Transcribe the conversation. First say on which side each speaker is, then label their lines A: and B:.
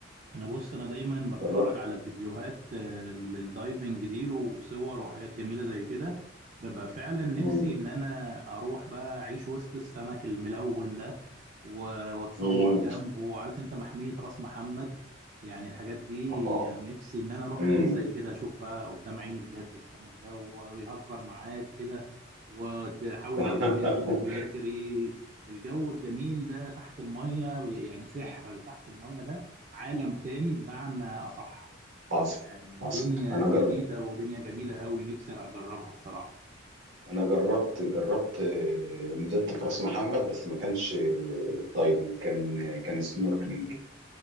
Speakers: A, on the right; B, on the right.
A: انا بص انا دايما
B: جربت
A: بتفرج على فيديوهات آه، للدايفنج دي وصور وحاجات جميله زي كده ببقى فعلا نفسي
B: مم.
A: ان انا اروح بقى اعيش وسط السمك الملون ده و- واتصور
B: مم.
A: جنبه عارف انت محميه راس محمد يعني الحاجات دي
B: اه
A: يعني نفسي ان انا اروح حاجات
B: مم.
A: زي كده اشوف بقى قدام عيني بجد السمك ده ويهزر معاك كده وتحاول
B: <laughs>
A: تلمسه ويجري الجو الجميل ده تحت الميه يعني سحر تحت الميه ده عالم تاني بمعنى أصح
B: حصل
A: يعني
B: حصل
A: دنيا
B: انا
A: جديدة
B: جربت
A: ودنيا جميلة قوي نفسي أجربها بصراحة
B: انا جربت جربت آه، نزلت في راس محمد بس ما كانش آه، دايفنج كان كان سنوركلينج